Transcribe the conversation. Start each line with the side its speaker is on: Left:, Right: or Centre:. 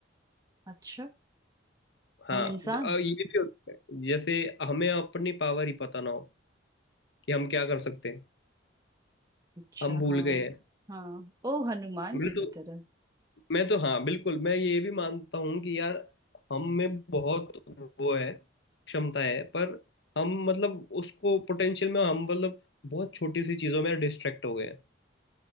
Right: अच्छा
Left: हाँ
Right: हम इंसान
Left: अ, ये भी हो सकता है जैसे हमें अपनी पावर ही पता ना हो कि हम क्या कर सकते हैं
Right: अच्छा
Left: हम भूल
Right: हाँ
Left: गए हैं
Right: हाँ ओ हनुमान
Left: मैं
Right: जी की
Left: तो
Right: तरह
Left: मैं तो हाँ बिल्कुल मैं ये भी मानता हूँ कि यार हम में बहुत वो है क्षमता है पर हम मतलब उसको पोटेंशियल में हम मतलब बहुत छोटी सी चीजों में डिस्ट्रैक्ट हो गए हैं